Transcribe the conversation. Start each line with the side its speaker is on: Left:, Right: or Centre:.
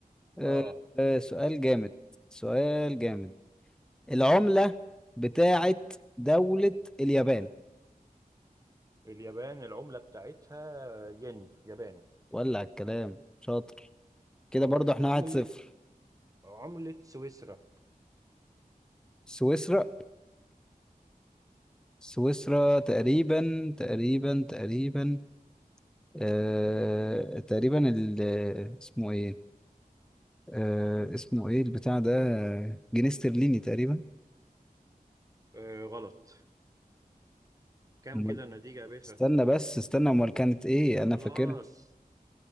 Centre: أه
Right: اه
Centre: أه سؤال جامد سؤال جامد العملة بتاعت دولة اليابان
Right: اليابان العملة بتاعتها ين ياباني
Centre: ولع الكلام شاطر كده
Right: آه،
Centre: برضه احنا
Right: عملة
Centre: واحد صفر
Right: عملة سويسرا
Centre: سويسرا سويسرا تقريبا تقريبا تقريبا آه تقريبا ال اسمه ايه آه اسمه ايه البتاع ده آه، جنيه استرليني تقريبا
Right: آه، غلط كام
Centre: أمال-
Right: كده النتيجة يا باشا
Centre: استنى بس استنى امال كانت ايه انا
Right: خلاص
Centre: فاكرها